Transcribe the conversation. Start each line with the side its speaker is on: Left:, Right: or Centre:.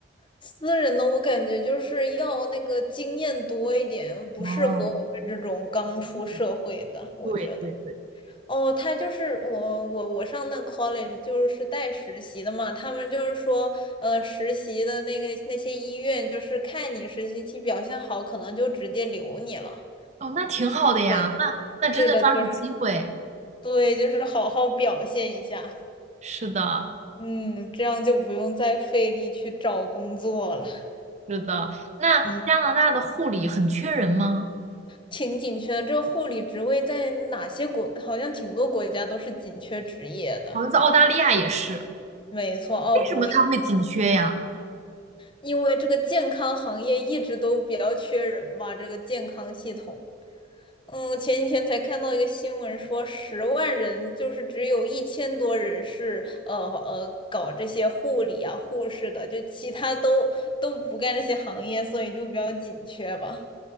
Left: 私人的我感觉就是要那个经验多一点，不适合我们这种刚出社会的，
Right: 哦，嗯，
Left: 我觉得。
Right: 对对对，
Left: 哦，他就是我我我上那 college 就是带实习的嘛，他们就是说，呃，实习的那个那些医院就是看你实习期表现好，可能就直接留你了。
Right: 哦，那挺好的呀，
Left: 对，
Right: 那那真的抓住机会，
Left: 是的，就是对，就是好好表现一下，
Right: 是的。
Left: 嗯，这样就不用再费力去找工作了。
Right: 是的，那加拿大的护理很缺人吗？
Left: 嗯，挺紧缺的，这个护理职位在哪些国，好像挺多国家都是紧缺职业的。
Right: 好像在澳大利亚也是，
Left: 没错，澳洲。
Right: 为什么它会紧缺呀？
Left: 因为这个健康行业一直都比较缺人吧，这个健康系统。嗯，前几天才看到一个新闻说，十万人就是只有一千多人是呃呃搞这些护理啊、护士的，就其他都都不干这些行业，所以就比较紧缺吧。